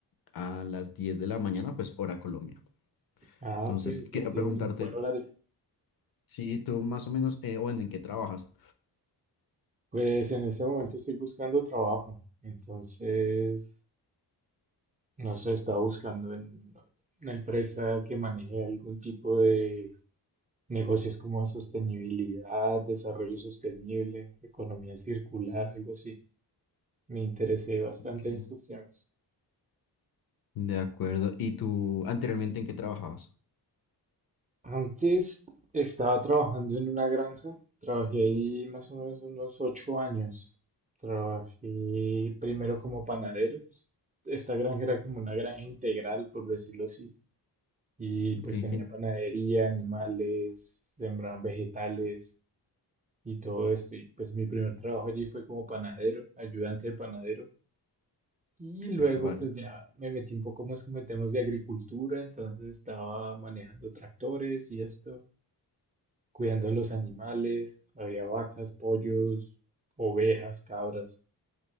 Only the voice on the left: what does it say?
a las 10 de la mañana, pues hora Colombia.
Entonces,
quería
Ok. preguntarte
si tú más o menos, eh, bueno, ¿en qué trabajas?
Ok.
De acuerdo. ¿Y tú anteriormente en qué trabajabas?
Qué,
qué-
vale.